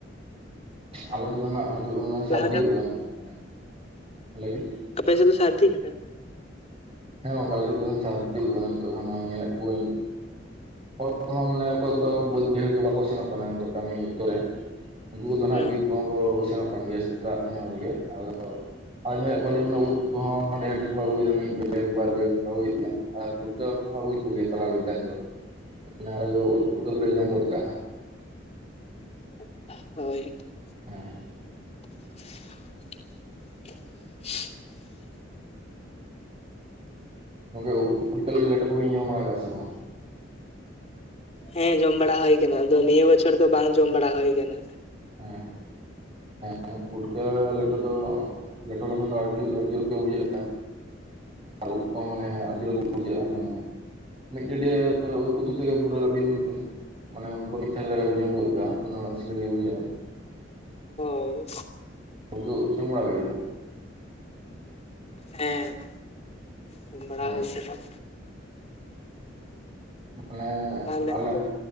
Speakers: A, on the right; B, on the left.
A: ᱟᱞᱮ ᱱᱚᱛᱮ ᱱᱟᱜ ᱱᱤᱛᱚᱜ ᱱᱚᱜ-ᱚᱭ ᱥᱟᱨᱫᱤ
B: ᱞᱟᱦᱟᱛᱮ
A: ᱜᱚᱫ ᱠᱟᱱᱟ ᱦᱮᱸ ᱞᱟᱹᱭ ᱵᱤᱱ
B: ᱟᱯᱮ ᱥᱮᱱ ᱫᱚ ᱥᱟᱨᱫᱤ ᱠᱟᱱᱟ?
A: ᱦᱮᱸ ᱜᱚᱝᱠᱮ ᱟᱞᱮ ᱪᱟᱬᱚ ᱠᱟᱱᱟ ᱛᱚ ᱧᱮᱯ ᱮᱫ ᱠᱚᱣᱟᱸᱧ ᱦᱚᱲ ᱠᱚᱦᱚᱸ ᱢᱟᱱᱮ ᱚᱠᱚᱭ ᱠᱚᱫᱚ ᱵᱟᱹᱫᱽ ᱵᱟᱹᱭᱦᱟᱹᱲ ᱠᱚ ᱵᱟᱠᱚ ᱥᱮᱱᱚᱜ ᱠᱟᱱᱟ ᱱᱤᱛᱚᱜ ᱠᱟᱹᱢᱤ ᱚᱠᱛᱚ ᱨᱮ ᱾ ᱩᱱᱠᱩ ᱫᱚ ᱱᱟᱜ
B: ᱦᱩᱸ
A: ᱵᱤᱨ ᱠᱚᱦᱚᱸ ᱠᱚ ᱥᱮᱱᱚᱜ ᱠᱟᱱ ᱜᱮᱭᱟ ᱥᱮᱛᱟᱜ ᱧᱚᱜ ᱨᱮᱜᱮ ᱟᱫᱚ ᱟᱨ ᱧᱮᱞᱮᱫ ᱠᱚᱣᱟ ᱩᱫ ᱠᱚᱦᱚᱸ ᱰᱷᱮᱨ ᱰᱷᱮᱨ ᱠᱚ ᱟᱹᱜᱩᱭ ᱫᱟ ᱢᱤᱫ ᱵᱮᱜᱽ᱾ ᱢᱤᱫ ᱵᱟᱨ ᱫᱤᱱ ᱦᱩᱭᱱᱟ ᱟᱨ ᱯᱩᱴᱠᱟᱹ ᱠᱚᱦᱚᱸ ᱠᱚ ᱟᱹᱜᱩᱭᱮᱫ ᱜᱮᱭᱟ ᱛᱟᱞᱟ ᱵᱮᱜᱽ ᱜᱟᱱ ᱫᱚ᱾ ᱡᱟᱦᱟᱸ ᱨᱮᱫᱚ ᱩᱫ ᱯᱩᱴᱠᱟᱹ ᱞᱮ ᱡᱚᱢ ᱜᱚᱫ ᱠᱟᱜᱼᱟ ᱦᱟᱸᱜ᱾
B: ᱦᱳᱭ ᱾
A: ᱦᱮᱸ ᱾
B: <inaudible>
A: ᱜᱚᱝᱠᱮ ᱩᱫ ᱯᱩᱴᱠᱟᱹ ᱞᱮᱴᱳ ᱠᱚᱵᱮᱱ ᱡᱚᱢ ᱵᱟᱲᱟ ᱠᱟᱜ ᱥᱮ ᱵᱟᱝ?
B: ᱦᱮᱸ ᱡᱚᱢ ᱵᱟᱲᱟ ᱦᱩᱭ ᱠᱟᱱᱟ ᱟᱫᱚ ᱱᱤᱭᱟᱹ ᱵᱚᱪᱷᱚᱨ ᱫᱚ ᱵᱟᱝ ᱡᱚᱢ ᱵᱟᱲᱟ ᱦᱩᱭᱩ ᱠᱟᱱᱟ᱾
A: ᱦᱮᱸ ᱾ ᱦᱮᱸ ᱯᱷᱩᱴᱠᱟᱹ ᱞᱮᱴᱚ ᱫᱚ ᱞᱮᱴᱚ ᱞᱮᱠᱷᱟᱱ ᱫᱚ ᱟᱹᱰᱤ ᱡᱳᱛ ᱟᱹᱰᱤ ᱡᱳᱛ ᱜᱮ ᱵᱩᱡᱷᱟᱹᱜᱼᱟ ᱾ ᱩᱫ ᱠᱚ ᱢᱟᱱᱮ ᱟᱹᱰᱤ ᱡᱩᱛ ᱵᱩᱡᱟᱹᱜᱼᱟ ᱢᱟᱱᱮ ᱢᱤᱫ ᱴᱟᱹᱴᱭᱟᱹ ᱩᱛᱩ ᱛᱮ ᱜᱮ ᱯᱩᱨᱟᱹ ᱟᱹᱵᱤᱱ ᱢᱟᱱᱮ ᱯᱚᱨᱤᱠᱷᱟ ᱠᱚᱨᱮ ᱞᱮ ᱡᱚᱢ ᱜᱚᱫ ᱜᱮᱭᱟ, ᱟᱫᱚ ᱥᱤᱵᱤᱞ ᱜᱮ ᱵᱩᱡᱷᱟᱹᱜᱼᱟ ᱾
B: ᱟᱹᱲᱤᱥ
A: ᱩᱛᱩ ᱤᱥᱤᱱ ᱵᱟᱲᱟ ᱦᱩᱭᱮᱱᱟ
B: ᱦᱮᱸ᱾ ᱡᱚᱢ ᱵᱟᱲᱟ
A: ᱦᱮᱸ
B: ᱦᱩᱭ ᱥᱮ ᱵᱟᱝ
A: ᱢᱟᱱᱮ
B: ᱛᱟᱦᱚᱞᱮ
A: ᱟᱞᱮ
B: ᱟᱯᱮ